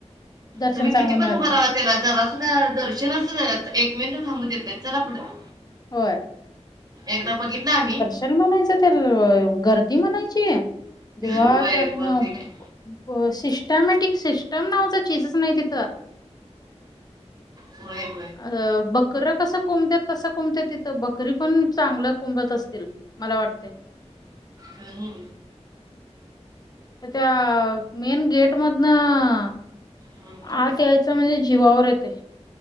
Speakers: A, on the left; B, on the right.
A: दर्शन
B: तुम्ही
A: चांगलं
B: किती पण
A: मिळत
B: उभा
A: नाही
B: राहा त्याला जरा सुद्धा दर्शनाचं एक मिनिटं थांबू देत नाहीत चला पुढं.
A: होय
B: एकदा बघितलं आम्ही.
A: तरी म्हणायचं त्या गर्दी म्हणायची, तेव्हा
B: वय
A: त्यातनं
B: गर्दी नाही
A: सिस्टमॅटिक सिस्टम नावाचा चीजच नाही तिथं.
B: होय.
A: अ बकर कसं कोंबत्यात तसं कोंब तेत बकरी पण चांगल्या कोंबत असतील मला वाटते.
B: हम्म.
A: तर त्या मेन गेट मधनं
B: हम्म,
A: आत याय चं म्हणजे जीवावर येतंय.